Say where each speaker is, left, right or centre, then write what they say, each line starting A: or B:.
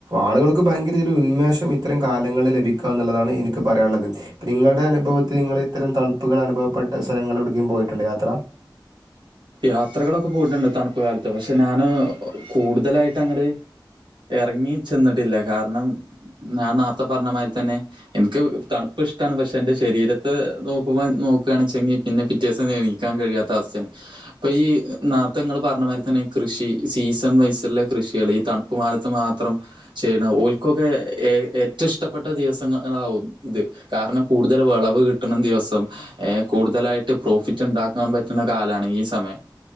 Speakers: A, on the right (about 55°); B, on the right (about 85°).
A: ആളുകൾക്ക് ഭയങ്കര ഇ ഉന്മേഷം ഇത്തരം കാലങ്ങളിൽ ലഭിക്കുക എന്നുള്ളതാണ് എനിക്ക് പറയുള്ള യാള്ളത് നിങ്ങളുടെ അനുഭവത്തിൽ നിങ്ങള് ഇത്തരം തണുപ്പുകൾ അനുഭവപ്പെട്ട സ്ഥലങ്ങളൾ എവിടക്കും പോയിട്ടുണ്ട് യാത്ര
B: യാത്രകളൊക്കെ പോയിട്ടുണ്ട് തണുപ്പ് കാലത്ത് പക്ഷെ ഞാന് കൂടുതലായിട്ട് അങ്ങടെ ഇറങ്ങി ചെന്നിട്ടില്ല കാരണം ഞാൻ നേർത്തെ പറഞ്ഞ മാതിരി തന്നെ എനിക്ക് തണുപ്പ് ഇപ്പോൾ ഇഷ്ട പക്ഷേ എൻ്റെ ശരീരത്ത് നോക്കുവാൻ നോകയാണെങ്കി പിന്നെ പിറ്റേിവസം നീക്കാൻ കഴിയാത്ത അവസ്ഥനെ ഇപ്പൊ ഈ നേരത്തെ ങ്ങള് പറഞ്ഞമാതിരി തന്നെ കൃഷി സീസൺ വൈസണിലെ കൃഷികള് ഈ തണുപ്പ് മാ മാത്രം ചെയ്യുന്ന ഓൽക്കൊക്കെ ഏ ഏറ്റവും ഇഷ്ടപ്പെട്ട ദിവസങ്ങളാവും ഇത് കാരണം കൂടുതൽ വിളവ് കിട്ടണം ദിവസം ഏ കൂടുതലായിട്ട് പ്രോഫിറ്റ് ഉണ്ടാക്കാൻ പറ്റണ കാലാണ് ഈ സമയം